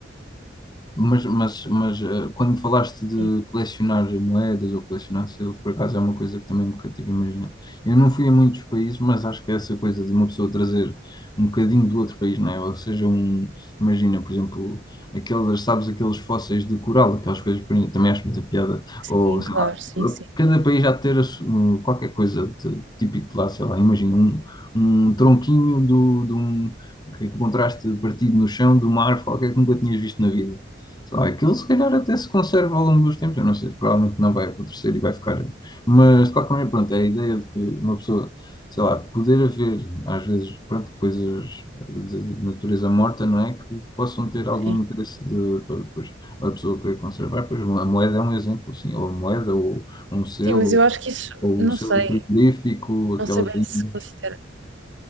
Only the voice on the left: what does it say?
Mas, mas, mas eh, quando falaste de
colecionar moedas ou colecionar selos, por acaso é uma coisa que também me cativa imaginar. Eu não fui a muitos países, mas acho que essa coisa de uma pessoa trazer um bocadinho do outro país, não é? Ou seja, um, imagina, por exemplo, aquelas, sabes, aqueles fósseis de coral, aquelas coisas, por exemplo, também acho muita piada.
Ou, sei
lá,
cada país já ter a su- um, qualquer coisa de- típico de lá, sei lá, imagina um, um tronquinho do, de um que encontraste partido no chão de uma árvore qualquer que nunca tinhas visto na vida. Sei lá, aquilo se calhar até se conserva ao longo dos tempos, eu não sei, provavelmente não vai acontecer e vai ficar. Mas de qualquer maneira, pronto, é a ideia de que uma pessoa, sei lá, poder haver às vezes, pronto, coisas de natureza morta, não é? Que possam ter algum
interesse de, para depois a pessoa querer conservar. Pois a moeda é um exemplo, assim, ou a moeda, ou um selo,
ou
o selo
frigorífico, aquelas
linhas.